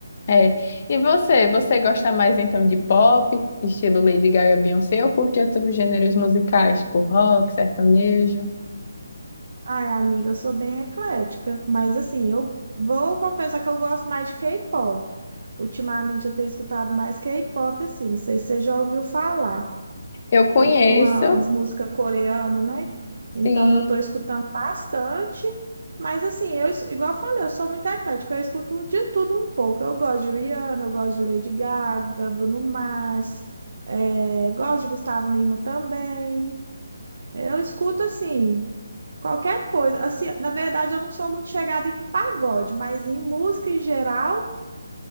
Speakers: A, on the left (about 35°); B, on the right (about 55°).
A: É. E você, você gosta mais então de pop, estilo Lady Gaga, Beyoncé, ou curte outros gêneros musicais, tipo rock, sertanejo?
B: Ai, amiga, eu sou bem eclética, mas assim, eu vou confessar que eu gosto mais de K-pop. Ultimamente eu tenho escutado mais K-pop, assim, não sei se você já ouviu falar.
A: Eu conheço,
B: que é tipo uma, as músicas coreanas, né? Então
A: Sim.
B: eu tô escutando bastante, mas assim, eu, es- igual eu falei, eu sou muito eclética, eu escuto de tudo um pouco. Eu gosto de Rihanna, eu gosto de Lady Gaga, Bruno Mars, eh, gosto de Gustavo Lima também. Eu escuto assim, qualquer coisa. Assim, na verdade, eu não sou muito chegada em pagode, mas em música em geral.